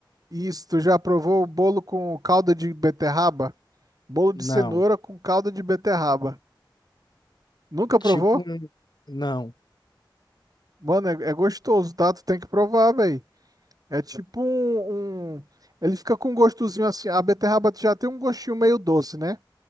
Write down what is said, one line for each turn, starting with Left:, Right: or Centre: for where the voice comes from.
Right: isso? Tu já provou o bolo com calda de beterraba? Bolo de
Left: Não.
Right: cenoura com calda de beterraba. Nunca provou?
Left: Tipo um. Não.
Right: Mano, é, é gostoso, tá? Tu tem que provar, velho. É tipo um, um- Ele fica com um gostozinho assim. A beterraba já tem um gostinho meio doce, né?